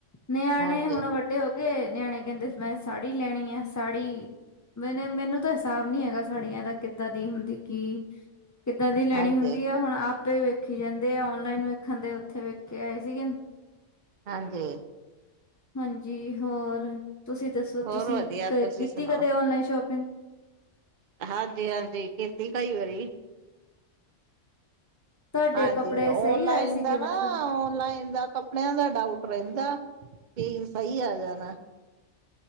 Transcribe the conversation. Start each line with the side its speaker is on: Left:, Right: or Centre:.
Left: ਨਿਆਣੇ
Right: ਹਾਂਜੀ,
Left: ਹੁਣ ਵੱਡੇ ਹੋ ਗਏ ਨਿਆਣੇ ਕਹਿੰਦੇ ਮੈਂ ਸਾੜੀ ਲੈਣੀ ਐ ਸਾੜੀ ਈ ਮੇਰੇ ਮੈਨੂੰ ਤਾਂ ਹਿਸਾਬ ਨੀ ਹੈਗਾ ਸਾੜੀਆਂ ਦਾ ਕਿੱਦਾਂ ਦੀ ਹੁੰਦੀ ਕੀ ਈ ਕਿੱਦਾਂ ਦੀ ਲੈਣੀ
Right: ਹਾਂਜੀ,
Left: ਹੁੰਦੀ ਆ ਹੁਣ ਆਪੇ ਵੇਖੀ ਜਾਂਦੇ ਆ ਔਨਲਾਈਨ ਵਿਚ ਖਦੇ ਉੱਥੇ ਵੇਖ ਕੇ ਆਏ ਸੀਗੇ ਏ
Right: ਹਾਂਜੀ
Left: ਹਾਂਜੀ ਹੋਰ ਤੁਸੀਂ ਦੱਸੋ
Right: ਹੋਰ
Left: ਤੁਸੀਂ
Right: ਵਧੀਆ
Left: ਕ
Right: ਤੁਸੀਂ
Left: ਕੀਤੀ
Right: ਸੁਣਾਓ?
Left: ਕਦੇ ਔਨਲਾਈਨ ਸ਼ੋਪਿੰਗ
Right: ਹਾਂਦੀ ਹਾਂਦੀ ਈ ਕਿਤੀ ਕਈ ਵਾਰੀ
Left: ਤੁਹਾਡੇ
Right: ਹਾਂਜੀ
Left: ਕੱਪੜੇ
Right: ਔਨਲਾਈਨ
Left: ਸਹੀ ਆਏ ਸੀਗੇ
Right: ਦਾ ਨਾ
Left: ਮਤਲਬ
Right: ਔਨਲਾਈਨ ਦਾ ਆ ਕੱਪੜਿਆਂ ਦਾ ਡਾਊਟ ਰਹਿੰਦਾ ਪੀ ਈ ਸਹੀ ਆ ਜਾਣਾ ਐ